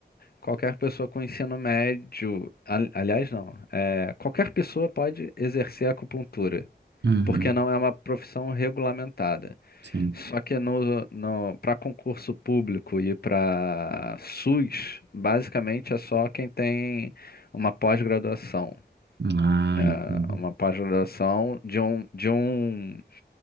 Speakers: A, on the left; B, on the right.
A: qualquer pessoa com ensino médio, al- aliás, não, é, qualquer pessoa pode exercer acupuntura.
B: Uhum,
A: porque não é uma profissão regulamentada.
B: sim.
A: Só que no, no, para concurso público e para SUS, basicamente é só quem tem uma pós-graduação.
B: Ah,
A: Né,
B: entendi.
A: uma pós-graduação de um, de um,